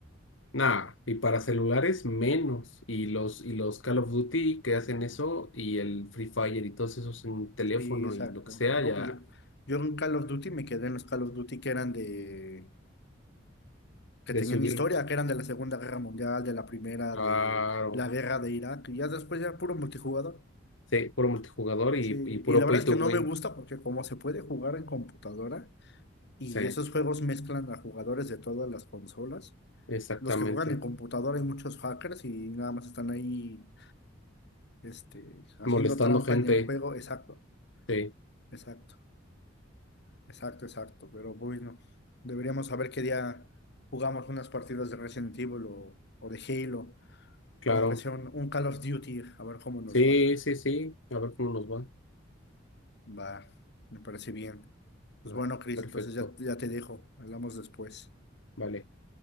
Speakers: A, on the left; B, on the left.
A: Nah, y para celulares menos. Y los, y los Call of Duty que hacen eso, y el Free Fire y todos esos en teléfono
B: Sí, exacto.
A: y lo que sea,
B: No,
A: ya
B: pues yo, yo en Call of Duty me quedé en los Call of Duty que eran de, que
A: de
B: tenían
A: subir,
B: historia, que eran de la Segunda Guerra Mundial, de la Primera,
A: claro.
B: de la guerra de Irak, y ya después ya puro multijugador.
A: Sí, puro multijugador y,
B: Sí,
A: y puro
B: y la verdad
A: pay
B: es
A: to
B: que no
A: win.
B: me gusta porque como se puede jugar en computadora y
A: Sí.
B: esos juegos mezclan a jugadores de todas las consolas,
A: Exactamente.
B: los que juegan en computadora hay muchos hackers y nada más están ahí este, haciendo
A: Molestando
B: trampa
A: gente.
B: en el juego. Exacto,
A: Sí,
B: exacto, exacto, exacto. Pero bueno, deberíamos saber qué día jugamos unas partidas de Resident Evil o, o de Halo,
A: claro.
B: o aunque sea un, un Call of Duty, a ver cómo nos
A: Sí,
B: va.
A: sí, sí. A ver cómo nos va.
B: Va, me parece bien. Pues
A: Ah,
B: bueno, Chris,
A: Perfecto.
B: entonces ya, ya te dejo, hablamos después.
A: Vale.